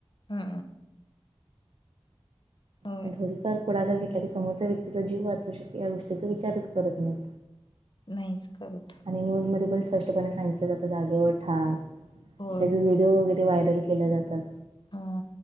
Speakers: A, on the left; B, on the right.
A: हा. होय
B: पण थोडीफार पुुाकार घेतला, की समोरच्या व्यक्तीचा जी वाचू शके या गोष्टीचा विचारच करत नाहीत.
A: नाहीच करत.
B: आणि न्यूज मध्ये पण स्पष्टपणे सांगितलं जातं जाागेवर ठार
A: होय
B: त्याच. व्हडओ वगैरे व्हायल के जातात
A: हा